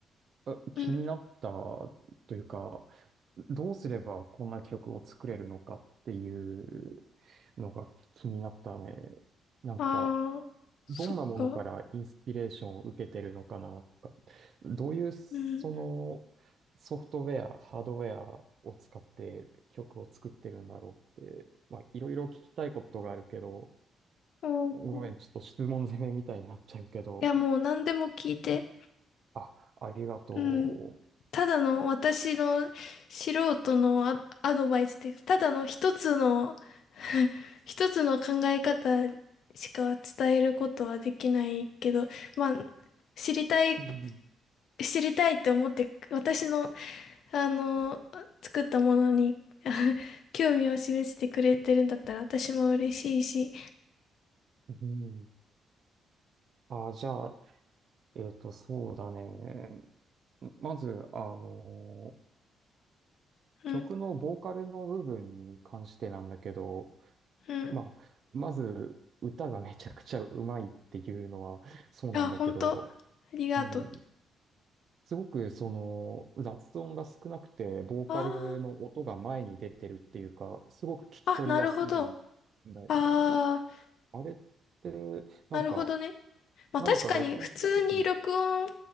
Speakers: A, on the right (about 55°); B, on the left (about 70°).
A: あ気になった
B: うん。
A: というか、どうすればこんな曲を作れるのかっていうのが気になったね。なんか、
B: ああ、そっか。
A: どんなものからインスピレーションを受けてるのかなとか、どういうその
B: うん。
A: ソフトウェア、ハードウェアを使って曲を作ってるんだろうって、まあ、いろいろ聞きたいことがあるけど、
B: お
A: ごめん、ちょっと質問攻めみたいになっちゃうけど、
B: いやもう何でも聞いて。
A: あ、ありがと
B: うん。ただの私の素人のア、アドバイスで、ただの一つの <laughs> 一つの考え方しか伝えることはできないけど、まあ、知りたい、
A: う。うん、
B: 知りたいって思って、私の、あの、作ったものに、<laughs> あ興味を示してくれてるんだったら私も嬉しいし、
A: うんあ、じゃあ、えっと、そうだね。まず、あの、
B: うん、
A: 曲のボーカルの部分に関してなんだけど、
B: うん。
A: まあ、まず、歌がめちゃくちゃうまいっていうのはそうなんだけど、
B: あ、本当ありがとう。
A: うん、すごくその雑音が少なくて、ボーカルの音が前に出てるっていうか、
B: あ
A: すごく聞き取りやすいん
B: あ、あ、なるほど。
A: だよね。
B: ああ、
A: あれって、なんか、
B: なるほどね。まあ確かに普通に録音
A: 何か録音するときに、